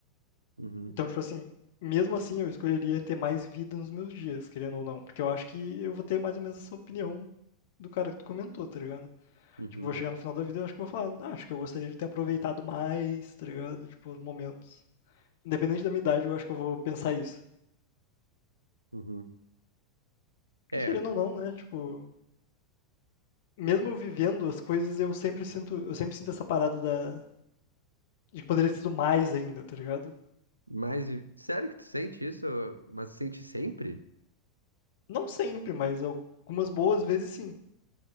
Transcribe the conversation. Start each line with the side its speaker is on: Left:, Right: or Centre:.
Right: Uhum,
Left: Então, tipo assim, mesmo assim eu escolheria ter mais vida nos meus dias, querendo ou não. Porque eu acho que eu vou ter mais ou menos essa opinião do cara que tu comentou, tá ligado?
Right: uhum,
Left: Tipo, vou chegar no final da vida e eu acho que vou falar, ah, acho que eu gostaria de ter aproveitado mais, tá ligado? Tipo, os momentos. Independente da minha idade, eu acho que eu vou pensar isso.
Right: uhum.
Left: Porque
Right: É,
Left: querendo ou não, né? Tipo, mesmo eu vivendo as coisas, eu sempre sinto, eu sempre sinto essa parada da de que poderia ter sido mais ainda, tá ligado?
Right: mas sério que tu sente isso? Mas sente sempre?
Left: Não sempre, mas algumas boas vezes sim.